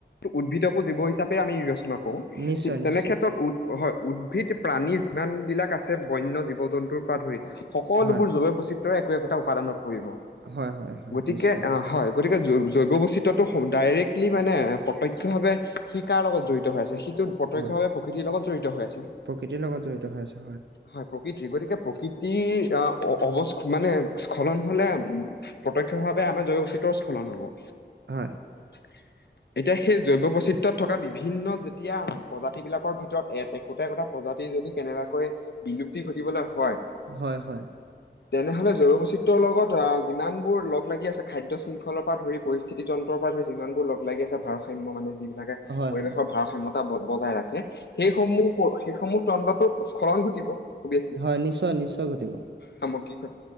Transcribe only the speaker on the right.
নিশ্চয়
নিশ্চয়
হয়
হয় হয় হয়
নিশ্চয় নিশ্চয়
হয়
প্ৰকৃতিৰ লগত জড়িত হৈ আছে
হয়।
হয় হয়।
হয়
হয়
হয় নিশ্চয় নিশ্চয় ঘটিব।